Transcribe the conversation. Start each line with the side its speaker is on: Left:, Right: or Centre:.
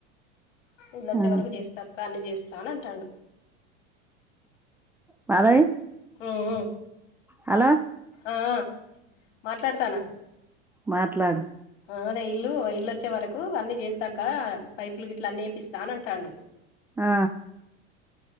Left: ఇళ్లాచ్చే
Centre: ఆ.
Left: వరకు చేస్తా అక్క అన్ని చేస్తా అని అంటడు
Centre: మాధవి
Left: ఉమ్, ఉమ్.
Centre: హలో
Left: ఆ ఆ మాట్లాడతాన్న
Centre: మాట్లాడు
Left: మాదే ఇల్లు ఇళ్ళచే వరకు అన్నీ చేస్తాక్క పైపులు గిట్ల అన్ని ఎపిస్తా అని అంటాండు
Centre: ఆ